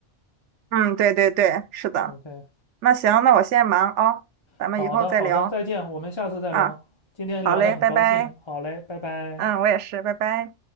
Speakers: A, on the right; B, on the left.
A: 嗯，对对对，是的。
B: OK。
A: 那行，那我先忙啊，咱们以后再聊
B: 好的，好的，再见，我们下次再聊。
A: 啊。
B: 今天聊得很高兴，
A: 好嘞，拜拜。
B: 好嘞，拜拜。
A: 嗯，我也是，拜拜。